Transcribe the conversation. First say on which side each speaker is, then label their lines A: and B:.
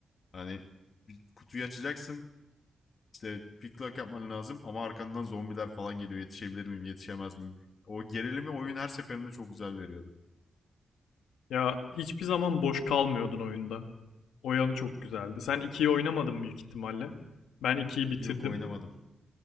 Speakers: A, on the left (about 55°); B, on the left (about 90°).
A: hani bir kutuyu açacaksın İşte pick lock yapman lazım ama arkandan zombiler falan geliyor. Yetişebilir miyim, yetişemez miyim? O gerilimi oyun her seferinde çok güzel veriyordu.
B: Ya hiçbir zaman boş kalmıyordun oyunda. O yanı çok güzeldi. Sen ikiyi oynamadın büyük ihtimalle. Ben ikiyi bitirdim.
A: Yok oynamadım.